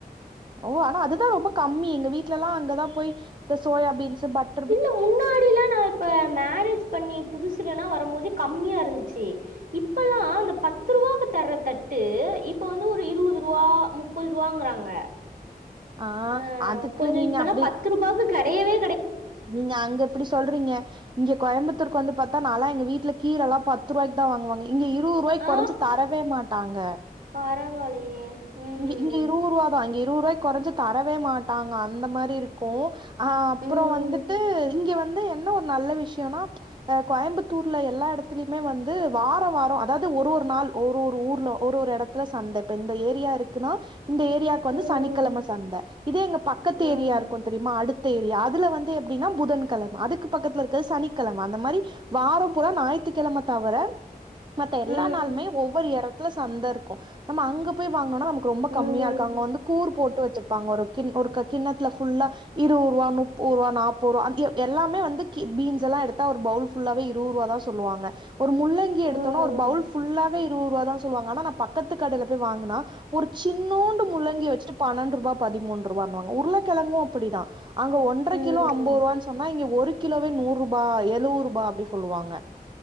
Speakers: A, on the right (about 30°); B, on the right (about 60°).
A: ஓ ஆனா அதுதா ரொம்ப கம்மி எங்க வீட்டு்லல்லா அங்கத போய் இந்த சோயாபீன்ஸ் பட்
B: இல்ல முன்னாடில்லா நா இப்ப மேரேஜ் பண்ணி புதுசு இங்கேனா வரம்போது கம்மியா இருந்துச்சு இப்பல்லா அந்த பத்து ரூபாக்கு தர்ற தட்டு இப்ப வந்து ஒரு இருபது ரூபா முப்பது ரூபாங்கறாங்க
A: ஆ
B: ஆஹ்
A: அதுக்கு
B: கொஞ்ச
A: நீங்க
B: இப்பெல்லா
A: அப்டி
B: பத்து ரூபாக்கு கிடையவே
A: நீங்க அங்க இப்புடி சொல்றீங்க இங்க கோயம்புத்தூருக்கு வந்து பத்தா நா ல்லா எங்க வீட்ல கீரெல்லா பத்து ரூபாய்கிதா வாங்குவங்க இங்க இருவுரூவாய்க்கி
B: ஆ
A: கொறஞ்சு தரவே மாட்டாங்க
B: பரவாயில்லையே ம்
A: இங்கே இங்கே இருவது ரூபாத இங்கே இருவது ரூவாய்க்குறைஞ்சு தரவே மாட்டாங்க அந்த மாரி இருக்கு அஹ் அப்புற
B: ம்
A: வந்துட்டு இங்க வந் வந்து என்ன ஒரு நல்ல விஷயம்னா அ கோயம்புத்தூர்ல எல்லா இடத்துலயுமே வந்து வார வார அதாது ஒரு ஒரு நாள் ஒரு ஒரு ஊர்ல ஒரு ஒரு இடத்துல சந்தை இப்ப இந்த ஏரியா இருக்குனா இந்த ஏரியாக்கு வந்து
B: ம்
A: சனிக்கிழம சந்தை இதே எங்க பக்கத்து
B: ம்
A: ஏரியா இருக்கு தெரியுமா அடுத் த ஏரியா அதுல வந்து எப்புடினா புதன்கிழமே அதுக்கு பக்கத்துல இருக்கற சனிக்கிழமே அந்த மாரி வார பூறா ஞாயித்துகிழமே தவிர மத்த எல்லா
B: ம் ம்
A: நாளுமே ஒவ்வொரு எட துல சந்த இருக்கு நம்ம அங்க போய் வாங் னோனா நமக்கு ரொம்ப
B: ம்
A: கம்மியா இருக்கு அங்க வந்து கூர் போட் டு வச்சிருப்பாங்க ஒரு கிண் ஒரு க கிண்ணத்துல ஃபுல்லா இரு ஒருவா முப்போரூவா நாப்போருவா அ எல்லாமே வந்து கி பீன்ஸ் எல்லா எடுத்தா ஒரு பவுல் ஃபுல்லாவே இருவது ருவாதா சொல்லுவாங்க ஒரு முள்ளங்கி எடுத்தோனா
B: ம்
A: ஒரு பவுல் ஃபுல்லா து இருவதுரூவாதா சொல்லுவாங்க ஆனா நா பக்கத்து கடையில போய் வாங்குனா ஒரு சின்னோண்டு முள்ளங்கி வச்சுட்டு பன்னெண்டு ரபா பதிமூண் ருவின்னுவாங்க உருளகெழங்கு அப்புடிதா அங்க ஒன்ற
B: ம்
A: கிலோ அம்போது ருவானு சொன்னா இங்க ஒரு கிலோவே நூறு ரூபா எழுவ ரூபா அப்புடி சொல்லுவாங்க